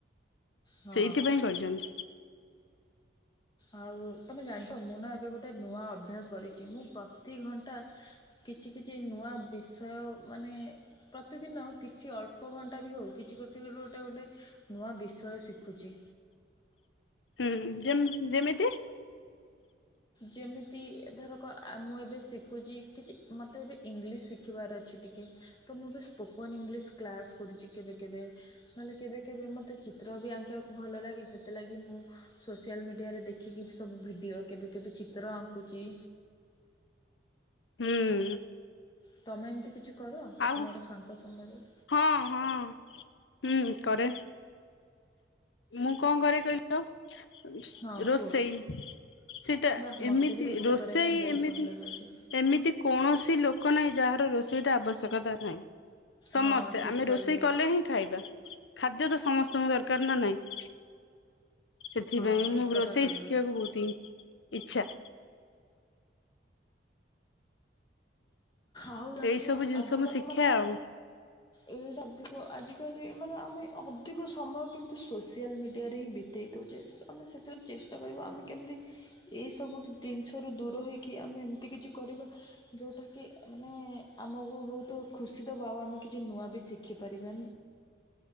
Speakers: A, on the left (about 25°); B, on the left (about 80°).
A: ହଁ।
B: ସେଇଥିପାଇଁ କହିଛନ୍ତି।
A: ଆଉ ତୁମେ ଜାଣିଛ ମୁଁ ନା ଏବେ ଗୋଟେ ନୂଆ ଅଭ୍ୟାସ କରିଛି ମୁଁ ପ୍ରତି ଘଣ୍ଟା କିଛି କିଛି ନୂଆ ବିଷୟ ମାନେ ପ୍ରତିଦିନ କିଛି ଅଳ୍ପ ଘଣ୍ଟା ବି ହଉ କିଛି କରଛି ଗୋଟେ ଗୋଟେ ନୂଆ ବିଶୟ ଶିଖୁଛି।
B: ହୁଁ ହୁଁ ଯେମ୍ ଯେମିତି।
A: ଯେମିତି ଧରକ ମୁଁ ଏବେ ଶିଖୁଛି କିଛି ମୋତେ ଏବେ ଇଂଲିଶ ଶିଖିବାର ଅଛି ଟିକେ। ତ ମୁଁ ବି ସ୍ପୋକନ ଇଂଲିଶ କ୍ଲାସ କରୁଛି କେବେ କେବେ। ନହେଲେ କେବେ କେବେ ମୋତେ ଚିତ୍ର ବି ଆଙ୍କିବାକୁ ଭଲ ଲାଗେ ସେଥିଲାଗି ମୁଁ ସୋସିଆଲ ମିଡ଼ିଆରେ ଦେଖିକି ସବୁ ଭିଡ଼ିଓ କେବେ କେବେ ଚିତ୍ର ଆଙ୍କୁଚି।
B: ହୁଁ।
A: ତମେ ଏମିତି କିଛି କର
B: ଆଉ
A: ତମର ଫାଙ୍କା ସମୟରେ।
B: ହଁ ହଁ ହୁଁ କରେ ମୁଁ କଣ କରେ କହିଲ? ଲ
A: ହଁ
B: ରୋସେଇ।
A: କୁହ
B: ସେଇଟା
A: ବାଃ ମୋତେ
B: ଏମିତି
A: ବି
B: ରୋଷେଇ
A: କରିବା ପାଇଁ ବହୁତ
B: ଏମିତି
A: ଭଲ ଲାଗେ
B: ଏମିତି କୌଣସି ଲୋକ ନାହିଁ ଯାହାର ରୋଷେଇଟା ଆବଶ୍ୟକତା ନାହିଁ। ସମସ୍ତେ
A: ହଁ ଠିକ୍
B: ଆମେ
A: କହିଲ
B: ରୋଷେଇ କଲେ ହିଁ ଖାଇବା ଖାଦ୍ୟ ତ ସମସ୍ତଙ୍କୁ ଦରକାର ନା ନାହିଁ। ସେଥିପାଇଁ
A: ହଁ ଠିକ୍
B: ମୁଁ
A: କଥା
B: ରୋଷେଇ
A: କହିଲ
B: ଶିଖିବାକୁ ବହୁତ ହିଁ ଇଛା।
A: ଆଉ ଜାଣିଚ
B: ଏଇ ସବୁ ଜିନିଷ
A: ଆଜିକାଲି
B: ମୁଁ ଶିଖେ
A: ମାନେ
B: ଆଉ
A: ଏଇଟା ଅଧିକ ଆଜିକାଲି ମାନେ ଆମେ ଅଧିକ ସମୟ କେମିତି ସୋସିଆଲ ମିଡ଼ିଆରେ ହିଁ ବି ଦେଇ ଦଉଛେ ଆମେ ସେତେବେଳେ ଚେଷ୍ଟା କରିବା ଆମେ କେମିତି ଏଇ ସବୁ ଜିନିଷ ରୁ ଦୂର ହେଇକି ଆମେ ଏମିତି କିଛି କରିବା ଯୋଉଟା କି କି ମାନେ ଆମକୁ ବହୁତ ଖୁସି ଦବ ଆଉ ଆମେ କିଛି ନୂଆ ବି ଶିଖି ପାରିବା।